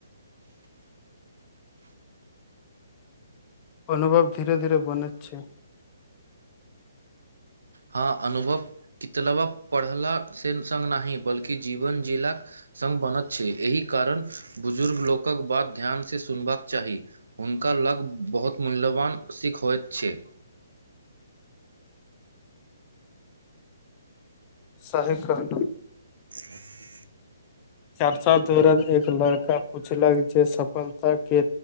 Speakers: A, on the left; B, on the right.
A: अनुभव धीरे धीरे बने छै।
B: हँ, अनुभव कितने पढ़लासँ संग नहि, बल्कि जीवन जीलासँ संग बनत छै, एहि कारण बुजुर्ग लोकक बात ध्यानसँ सुनबाक चाही। हुनका लग बहुत मूल्यवान सिख होइत छै।
A: सही कहलू
B: <inaudible>
A: चारचा दर एक लड़का पूछलक जे सफलताक के